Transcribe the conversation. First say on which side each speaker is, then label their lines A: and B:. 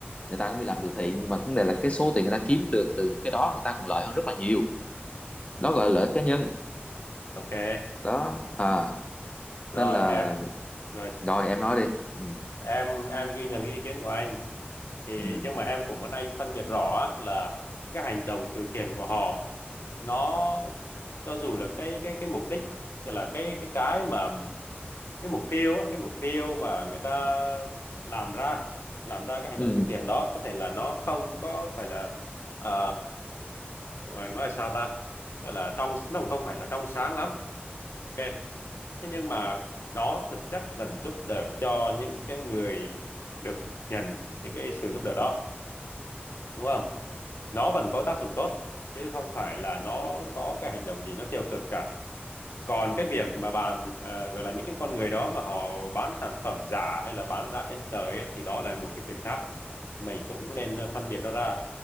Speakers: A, on the left; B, on the left.
A: người ta cũng đi làm từ thiện nhưng mà vấn đề là cái số tiền người ta kiếm được từ những cái đó người ta còn lợi hơn rất là nhiều đó gọi là lợi ích cá nhân
B: ok
A: đó à
B: rồi
A: nên là
B: em rồi
A: rồi em nói đi ừ
B: em em ghi nhận cái ý kiến của anh thì
A: ừ
B: nhưng mà em cũng muốn anh phân biệt rõ á, là cái hành động từ thiện của họ nó cho dù là cái cái cái mục đích tức là cái cái cái mà cái mục tiêu á, cái mục tiêu mà người ta làm ra làm ra cái hành
A: ừ
B: động từ thiện đó có thể là nó không có phải là ờ, rồi nói là sao ta gọi là trong nó cũng không phải là trong sáng lắm ok thế nhưng mà nó thực chất vẫn giúp đỡ cho những cái người được nhận những cái sự giúp đỡ đó đúng không nó vẫn có tác dụng tốt chứ không phải là nó có cái hành động gì nó tiêu cực cả còn cái việc mà bạn ờ, gọi là những cái con người đó mà họ bán sản phẩm giả hay là bán giá trên trời á, thì đó là một cái chuyện khác mình cũng nên phân biệt nó ra